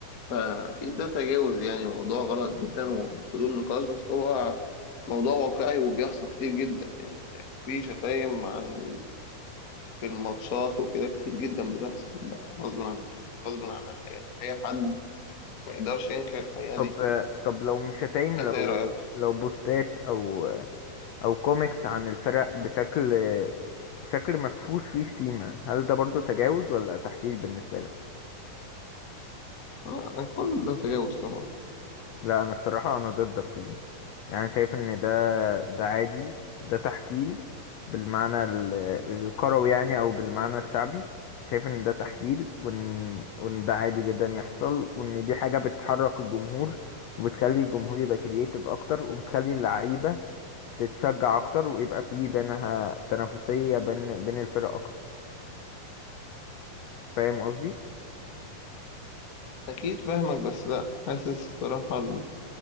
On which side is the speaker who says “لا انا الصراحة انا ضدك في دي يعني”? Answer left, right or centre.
Left